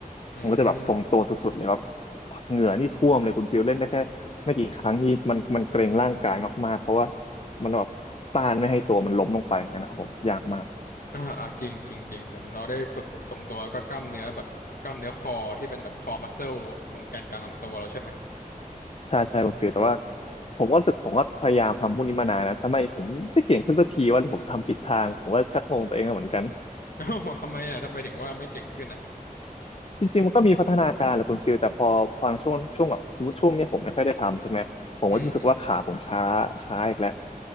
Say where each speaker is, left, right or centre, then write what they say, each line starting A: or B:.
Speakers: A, on the left; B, on the left.
A: อืม
B: ผมก็จะแบบทรงตัวสุดๆเลยว่าเหงื่อนี่ท่วมเลยคุณฟิลเล่นได้แค่ไม่กี่ครั้งนี่มันมันเกรงร่างกายมากๆเพราะว่ามันแบบต้านไม่ให้ตัวมันล้มลงไปอย่างนั้นนะครับผมยากมาก
A: อ่าอ่าจริงจริงจริงเหมือนเราได้ฝึกทรงตัวแล้วก็กล้ามเนื้อแบบกล้ามเนื้อคอที่เป็นแบบคอมัสเซลตรงแกนกลางลำตัวเราใช่ไหม
B: ใช่ใช่คุณฟิลแต่ว่าผมก็รู้สึกผมก็พยายามทำพวกนี้มานานนะทำไมผมไม่เก่งขึ้นสักทีว่าผมทำผิดทางผมก็ชักงงตัวเองเหมือนกัน
A: <laughs> อ้าวทำไมอ่ะทำไมถึงว่าไม่เก่งขึ้นนะ
B: จริงๆมันก็มีพัฒนาการแหละคุณฟิลแต่พอฟังช่วงช่วงแบบสมมติช่วงเนี้ยผมไม่ค่อยได้ทำใช่ไหมผมก็รู้สึกว่าขาผมช้าช้าอีกแล้ว
A: อืมอืม